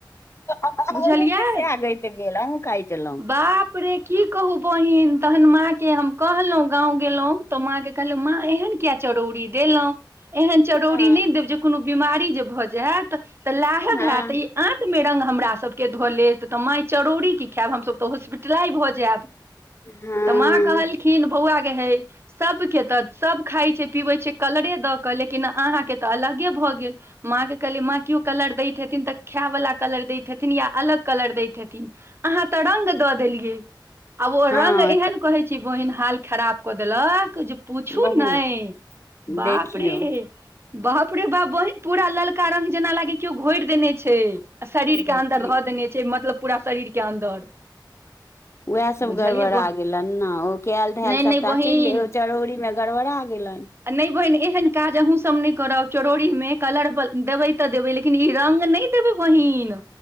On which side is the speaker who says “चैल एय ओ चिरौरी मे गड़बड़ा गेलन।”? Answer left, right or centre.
Left